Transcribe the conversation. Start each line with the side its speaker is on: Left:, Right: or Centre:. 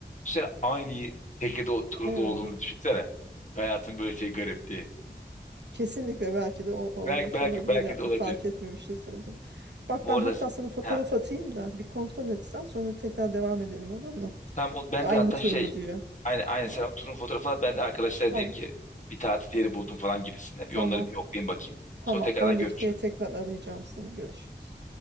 Left: Düşünsene aynı teknede o turunda
Right: Evet.
Left: olduğumuzu düşünsene. Hayatın böyle şey garip diye.
Right: Kesinlikle belki de o, olmuş
Left: Belki belki
Right: olabilir
Left: belki
Right: yani
Left: de olabilir.
Right: fark etmemişiz o zaman. Bak
Left: Bu
Right: ben
Left: arada
Right: hatta sana fotoğraf
Left: ha,
Right: atayım da bir kontrol etsen sonra tekrar devam edelim olur mu?
Left: tam o, ben
Right: Aynı
Left: de hatta
Right: tur
Left: şey
Right: mu diyor.
Left: Aynı, aynı
Right: Tamam.
Left: sen turun fotoğrafını at. Ben de arkadaşlara
Right: Tamam.
Left: diyeyim ki bir tatil yeri buldum falan gibisine. Bir
Right: Tamam.
Left: onları bir yoklayayım bakayım.
Right: Tamam.
Left: Sonra tekrardan
Right: on
Left: görüşürüz.
Right: dakikaya tekrar arayacağım seni. Görüşürüz.